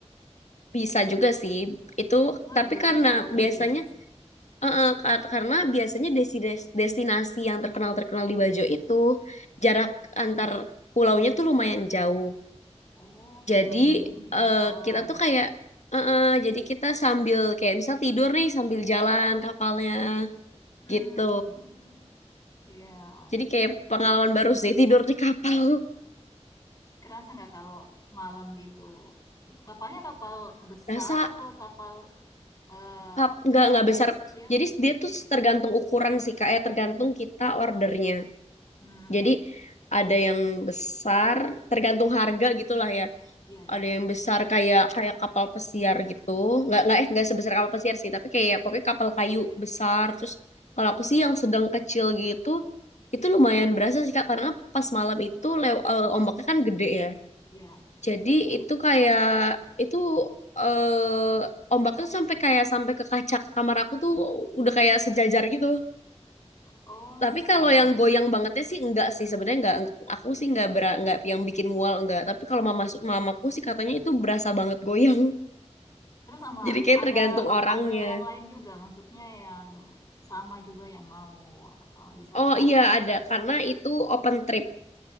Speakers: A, on the left; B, on the left.
A: <laughs> Bisa juga sih itu,
B: Cuma
A: tapi
B: lebih
A: karena
B: unik kalau
A: biasanya,
B: gitu ya.
A: heeh, kar- karena biasanya desi- destinasi yang terkenal-terkenal di Bajo itu jarak antar pulaunya tuh lumayan jauh.
B: Oh,
A: Jadi
B: iya mending di
A: eh,
B: kapal.
A: kita tuh kayak, heeh, jadi kita sambil kayak misal tidur nih sambil jalan kapalnya
B: Hmm,
A: gitu.
B: iya.
A: Jadi kayak pengalaman baru sih tidur di kapal.
B: Kerasa nggak kalau malam gitu? Kapalnya kapal
A: <laughs>
B: besar
A: Berasa
B: atau kapal eh,
A: Cup nggak
B: ka-
A: nggak besar.
B: kecil?
A: Jadi dia tuh tergantung ukuran sih kak, ya tergantung kita ordernya.
B: Hmm,
A: Jadi ada yang besar, tergantung harga gitulah ya.
B: iya ya,
A: Ada yang besar kayak kayak kapal pesiar gitu. Nggak nggak eh nggak sebesar kapal pesiar sih, tapi kayak pokoknya kapal kayu besar. Terus kalau aku sih yang sedang kecil gitu, itu lumayan berasa sih kak karena pas malam itu lew- eh, ombaknya kan gede ya.
B: iya.
A: Jadi itu kayak itu eh, ombaknya tuh sampai kayak sampai ke kaca kamar aku tuh udah kayak sejajar gitu.
B: Oh,
A: Tapi kalau
B: kalau
A: yang
B: malam.
A: goyang bangetnya sih enggak sih sebenarnya enggak aku sih enggak bera, enggak yang bikin mual enggak. Tapi kalau mama masuk mamaku sih katanya itu berasa banget goyang.
B: Terus
A: <laughs>
B: sama
A: Jadi kayak
B: ada
A: tergantung orangnya.
B: ada yang lain juga, maksudnya yang sama juga yang mau eh, wisata.
A: Oh iya ada karena itu open trip.